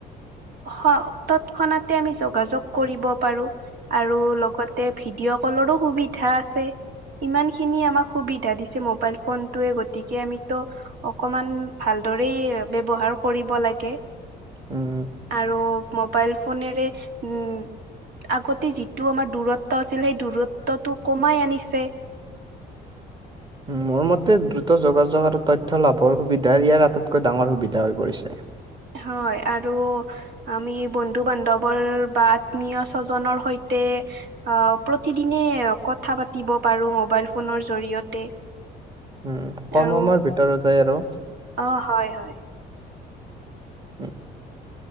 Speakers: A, on the right; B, on the right.
A: হ তৎক্ষণাতে আমি যোগাযোগ কৰিব পাৰু আৰু লগতে ভিডিঅ' কলৰো সুবিধা আছে ইমানখিনি আমাক সুবিধা দিছে মবাইল ফোনটোৱে গতিকে আমিতো অকমান ভালদৰে ব্যৱহাৰ কৰিব লাগে
B: উম।
A: আৰু মোবাইল ফোনেৰে উম আগতে যিটো আমাৰ দূৰত্ব আছিল সেই দূৰত্বটো কমাই আনিছে
B: মোৰ মতে দ্ৰুত যোগাযোগ আৰু তথ্য লাভৰ সুবিধা ইয়াৰ আটাইতকৈ ডাঙৰ সুবিধা হৈ পৰিছে।
A: হয় আৰু আমি বন্ধু বান্ধৱৰ বা আত্মীয় স্বজনৰ সৈতে অ প্ৰতিদিনে কথা পাতিব পাৰো ম'বাইল ফোনৰ জৰিয়তে
B: উ কমৰ
A: আৰু
B: সময় ভিতৰৰত যায় আৰু
A: অ হয় হয়
B: উ